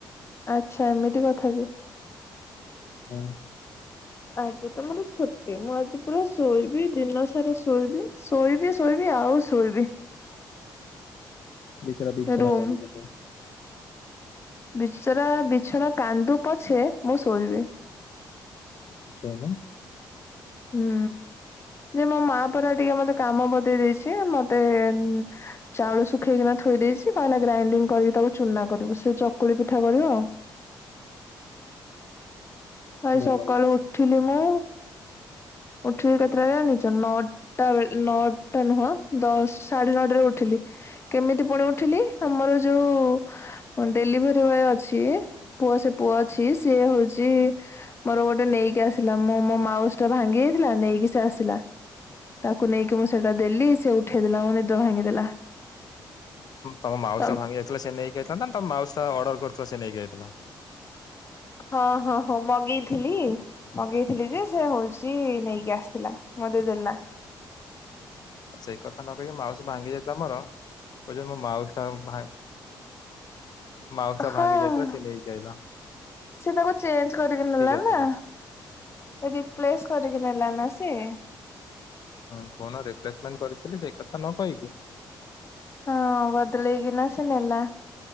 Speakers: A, on the left (about 30°); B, on the left (about 50°).
A: ଆଚ୍ଛା ଏମିତି କଥା କି?
B: ହୁଁ-
A: ଆଜି ତ ମୋର ଛୁଟି ମୁଁ ଆଜି ପୁରା ଶୋଇବି ଦିନ ସାରା ଶୋଇବି। ଶୋଇବି, ଶୋଇବି, ଆଉ ଶୋଇବି।
B: ବିଚରା ବିଛଣା
A: ରୁମ
B: କାନ୍ଦିପକେଇବ।
A: ବିଚରା ବିଛଣା କାନ୍ଦୁ ପଛେ ମୁଁ ଶୋଇବି।
B: ଶୋଉନ।
A: ହୁଁ ଯେ ମୋ ମା ପରା ଟିକେ ମତେ କାମ ବତେଇ ଦେଇଛି, ମତେ ଏନ୍- ଚାଉଳ ଶୁଖେଇକିନା ଥୋଇ ଦେଇଛି, କହିଲା ଗ୍ରାଇଣ୍ଡିଗ୍ କରିକି ତାକୁ ଚୁନା କରିବୁ, ସେ ଚକୁଳି ପିଠା କରିବ। ଆଇ
B: ଭଲ
A: ସକାଳୁ
B: ହେଇଛି।
A: ଉଠିଲି ମୁଁ। ଉଠିଲି କେତେଟାରେ ଜାଣିଚ ନଟ୍- ଟା ବେଳ୍ ନଅଟା ନୁହଁ ଦଶ୍ ସାଢେ ନଅଟା ରେ ଉଠିଲି। କେମିତି ପୁଣି ଉଠିଲି? ଆମର ଯୋଉ ଡେଲିଭରି ବୟେ ଅଛି। ପୁଅ ସେ ପୁଅ ଅଛି, ସିଏ ହଉଚି। ମୋର ଗୋଟେ ନେଇକି ଆସିଲା ମୁଁ ମୋ ମାଉସ୍ ଟା ଭାଙ୍ଗି ଯାଇଥିଲା ନେଇକି ସେ ଆସିଲା। ତାକୁ ନେଇକି ମୁଁ ସେଇଟା ଦେଲି ସେ ଉଠେଇ ଦେଲାରୁ ମୋ ନିଦ ଭାଙ୍ଗିଦେଲା।
B: ତମ ମାଉସ୍
A: ତ
B: ଟା ଭାଙ୍ଗି ଯାଇଥିଲା, ସେ ନେଇକି ଆଇଥାଂତା ତମ ମାଉସ୍ ଟା ଅର୍ଡର୍ କରିଥିଲ ସେ ନେଇକି ଆଇଥିଲା।
A: ହଁ ହଁ ହଁ ମଗେଇଥିଲି। ମଗେଇଥିଲି ଯେ ସେ ହଉଚି, ନେଇକି ଆସିଥିଲା ମତେ ଦେଲା।
B: ଆ ସେଇ କଥା ନ କହିକି ମାଉସ୍ ଭାଙ୍ଗି ଯାଇଥିଲା ମୋର କଉଚି ମୋ ମାଉସ୍ ଟା ଭାଗ-୍ ମାଉସ୍ ଟା
A: ହଁ
B: ଭାଙ୍ଗିଯାଇଥିଲା ସେ ନେଇକିଆଇଲା।
A: ସେ ତାକୁ ଚେଞ୍ଜ କରିକି ନେଲା
B: ଆସିବ
A: ନା। ରିପ୍ଲେସ କରିକି ନେଲା ନା ସିଏ।
B: ହୁଁ କହୁନ ରିପ୍ଲେସମେଣ୍ଟ କରିଥିଲି ସେଇ କଥା ନ କହିକି
A: ହଁ ବଦଲେଇ କିନା ସେ ନେଲା।